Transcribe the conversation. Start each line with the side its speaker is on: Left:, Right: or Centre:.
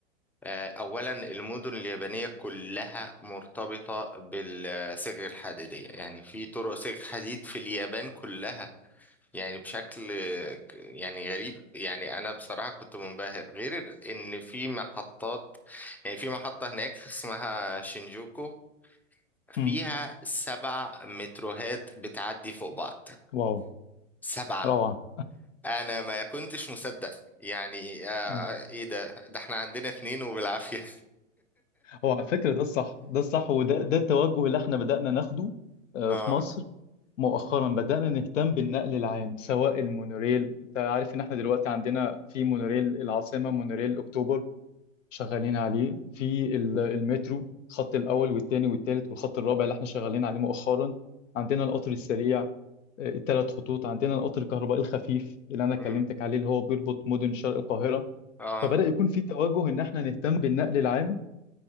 Centre: آه، أولا المدن اليابانية كلها مرتبطة بالصاغ الحديدية يعني في طرق صاغ حديد في اليابان كلها يعني بشكل آه، ك- يعني غريب يعني أنا بصراحة كنت منبهر غير إن في محطات يعني في محطة هناك اسمها شينجوكو فيها
Left: مم.
Centre: سبع متروهات بتعدي فوق بعض
Left: واو
Centre: سبعة
Left: روعة
Centre: أنا ما كنتش مصدق يعني آه
Left: مم.
Centre: إيه ده ده إحنا عندنا اتنين وبالعافية
Left: هو على فكرة ده الصح ده الصح وده ده التوجه اللي احنا بدأنا ناخده
Centre: <laughs>
Left: آه،
Centre: آه
Left: في مصر مؤخرا بدأنا نهتم بالنقل العام سواء المونوريل انت عارف ان احنا دلوقتي عندنا في مونوريل العاصمة مونوريل اكتوبر شغالين عليه في ال- المترو الخط الاول والثاني والثالث والخط الرابع اللي احنا شغالين عليه مؤخرا عندنا القطر السريع الثلاث خطوط عندنا القطر الكهربائي الخفيف اللي انا كلمتك
Centre: مم.
Left: عليه اللي هو بيربط مدن شرق القاهره
Centre: اه
Left: فبدا يكون في توجه ان احنا نهتم بالنقل العام